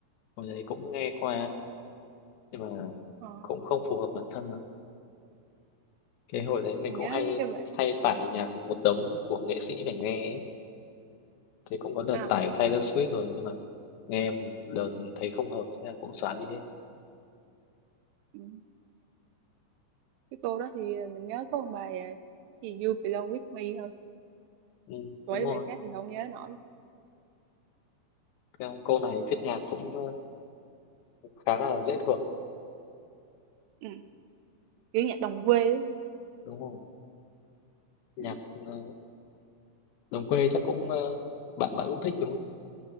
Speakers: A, on the left; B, on the right.
A: hồi đấy cũng nghe qua nhưng mà
B: Ờ.
A: cũng không phù hợp bản thân lắm cái hồi đấy mình
B: mình
A: cũng
B: nhớ
A: hay
B: cái bản
A: hay tải nhạc một đống của nghệ sĩ để nghe ấy. thì cũng có đợt
B: à
A: tải Taylor Swift rồi nhưng mà nghe một đợt thấy không hợp thế là cũng xóa đi hết
B: ừ. cái cô đó thì ờ, mình nhớ có một bài à, thì You Belong With Me thôi
A: ừ,
B: còn
A: đúng
B: mấy
A: rồi
B: bài khác thì không nhớ nổi
A: Cái cô này viết nhạc cũng ờ, khá là dễ thuộc
B: ừ. kiểu nhạc đồng quê á.
A: đúng rồi nhạc
B: Ừ.
A: ờ, đồng quê chắc cũng ờ, bạn bạn cũng thích đúng không